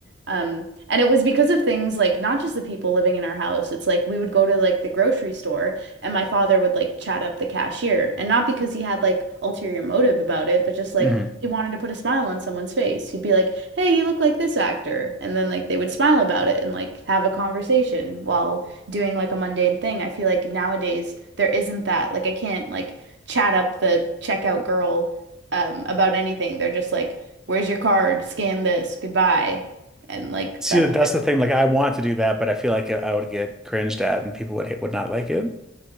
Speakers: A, on the right (about 60°); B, in the centre.
A: Um, and it was because of things like not just the people living in our house. It's like we would go to like the grocery store and my father would like chat up the cashier. And not because he had like ulterior motive about it, but just like
B: hmm
A: he wanted to put a smile on someone's face. He'd be like, "Hey, you look like this actor." And then like they would smile about it and like have a conversation while doing like a mundane thing. I feel like nowadays there isn't that. Like I can't like chat up the checkout girl um, about anything. They're just like, "Where's your card? Scan this. Goodbye," and like
B: See,
A: that's
B: that's the thing. Like, I want to do that, but I feel like I would get cringed at, and people would would not like it.